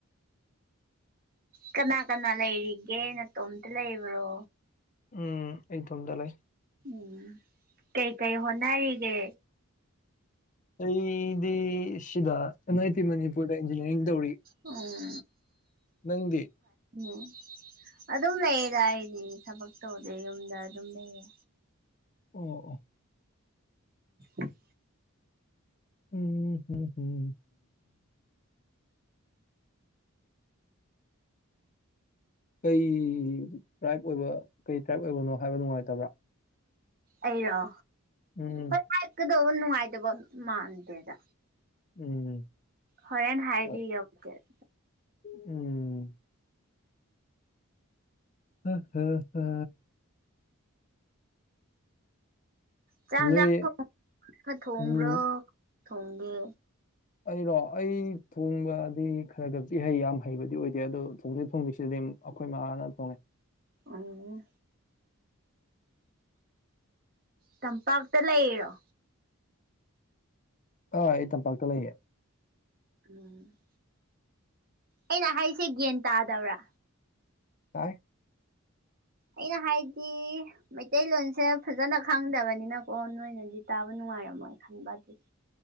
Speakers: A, on the right; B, on the left.
A: ꯀꯅꯥ ꯀꯅꯥ ꯂꯩꯔꯤꯒꯦ ꯅꯇꯣꯝꯇ ꯂꯩꯕ꯭ꯔꯣ
B: ꯎꯝ ꯑꯩ ꯏꯇꯣꯝꯗ ꯂꯩ
A: ꯎꯝ ꯀꯩ ꯀꯩ ꯍꯣꯠꯅꯔꯤꯒꯦ
B: ꯑꯩꯗꯤꯁꯤꯤꯗ ꯑꯦꯟ ꯑꯥꯏ ꯇꯤ ꯃꯅꯤꯄꯨꯔꯗ ꯏꯟꯖꯤꯅꯤꯌꯥꯔꯤꯡ ꯇꯧꯔꯤ
A: ꯎꯝ
B: ꯅꯪꯗꯤ
A: ꯎꯝ ꯑꯗꯨꯝ ꯂꯩꯌꯦꯗ ꯑꯩꯗꯤ ꯊꯕꯛ ꯇꯧꯗꯦ ꯌꯨꯝꯗ ꯑꯗꯨꯝ ꯂꯩꯌꯦ
B: ꯑꯣ ꯑꯣ
A: ꯎꯝ
B: ꯎꯝꯝ ꯍꯝ ꯀꯩ ꯇ꯭ꯔꯥꯏꯕ ꯑꯣꯏꯕ ꯀꯩ ꯇ꯭ꯔꯥꯏꯕ ꯑꯣꯏꯕꯅꯣ ꯍꯥꯏꯕ ꯅꯨꯡꯉꯥꯏꯇꯕ꯭ꯔꯥ
A: ꯑꯩꯔꯣ
B: ꯎꯝ
A: ꯍꯥꯏꯞꯀꯗꯧꯕ ꯅꯨꯡꯉꯥꯏꯇꯕ ꯃꯥꯟꯗꯦꯗ
B: ꯎꯝ
A: ꯍꯣꯔꯦꯟ ꯍꯥꯏꯕꯤꯒꯎꯛꯇꯔ
B: ꯍꯣꯏ ꯎꯝ ꯑ ꯍ ꯍ
A: ꯆꯥꯛ ꯏꯟꯖꯥꯡ
B: ꯅꯣꯏ
A: ꯊꯣꯡ ꯈꯔ ꯊꯣꯡꯕ꯭ꯔꯣ
B: ꯎꯝ
A: ꯊꯣꯡꯒꯦ
B: ꯑꯩꯔꯣ ꯑꯩ ꯊꯣꯡꯕꯗꯤ ꯈꯔ ꯈꯔ ꯕꯨꯗꯤ ꯍꯩ ꯌꯥꯝ ꯍꯩꯕꯗꯤ ꯑꯣꯏꯗꯦ ꯑꯗꯣ ꯊꯣꯡꯗꯣꯛ ꯊꯣꯡꯗꯁꯤꯗꯗꯤ ꯑꯩꯈꯣꯏ ꯃꯥꯥꯅ ꯊꯣꯡꯉꯩ
A: ꯑ ꯇꯝꯄꯥꯛꯇ ꯂꯩ ꯏꯔꯣ
B: ꯑ ꯑꯩ ꯇꯝꯄꯥꯛꯇ ꯂꯩꯌꯦꯦ
A: ꯎꯝ ꯑꯩꯅ ꯍꯥꯏꯁꯦ ꯒ꯭ꯌꯥꯟ ꯇꯥꯗꯕ꯭ꯔꯥ
B: ꯇꯥꯏ
A: ꯑꯩꯅ ꯍꯥꯏꯗꯤ ꯃꯩꯇꯩꯂꯣꯟꯁꯦ ꯐꯖꯅ ꯈꯪꯗꯕꯅꯤꯅꯀꯣ ꯅꯣꯏꯅꯗꯤ ꯇꯥꯕ ꯅꯨꯡꯉꯥꯏꯔꯝꯃꯣꯏ ꯈꯟꯕ ꯑꯗꯨꯗꯤ